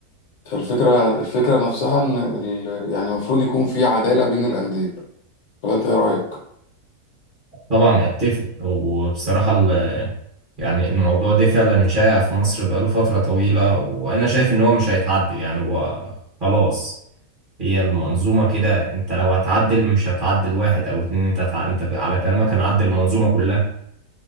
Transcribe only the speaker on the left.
فالفكرة الفكرة نفسها إن ال- يعني المفروض يكون في عدالة بين الأندية فأنت إيه رأيك؟